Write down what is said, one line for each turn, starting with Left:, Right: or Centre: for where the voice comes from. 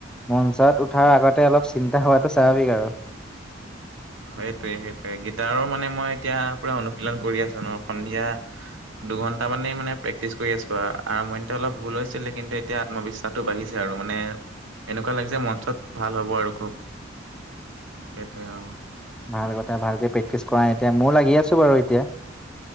Centre: মঞ্চত উঠাৰ আগতে অলপ চিন্তা হোৱাটো স্বাভাৱিক আৰু
Right: সেইটোৱে সেইটোৱে গীটাৰৰ মানে মই এতিয়া পুৰা অনুশীলন কৰি আছো ন সন্ধিয়া দুঘণ্টা মানেই মানে পেক্টিছ কৰি আছো আৱ আৰম্ভণিতে অলপ ভুল হৈছিলে কিন্তু এতিয়া আত্মবিশ্বাস বাঢ়িছে আৰু মানে এনেকুৱা লাগিছে যে মঞ্চত ভাল হ'ব আৰু খুব সেইটোৱে আও
Centre: ভাল কথা ভালকে প্ৰেক্টিচ কৰা এতিয়া মই লাগি আছো বাৰু এতিয়া